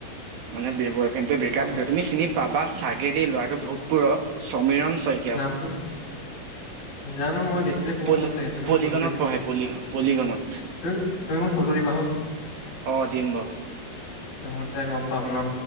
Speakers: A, on the right; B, on the left.
A: মানে বয় ফ্ৰেন্দটোৱে বেক
B: অ
A: আপ দিলে, তুমি চিনি পাবা চাগেদি ল'ৰাটো ভোগপুৰ সমীৰণ শই
B: নামটো? জানো মই দেখিলে চিনি
A: পলি
B: পাম চাগে তুমি
A: পলিগনত
B: মোক ফটো দিবা।
A: পঢ়ে পলি পলিগনত
B: তুমি তুমি মোক ফোটো দিবা চোৱা।
A: অঁ দিম বাও।
B: অঁ মই তেতিয়া গম পাম ন।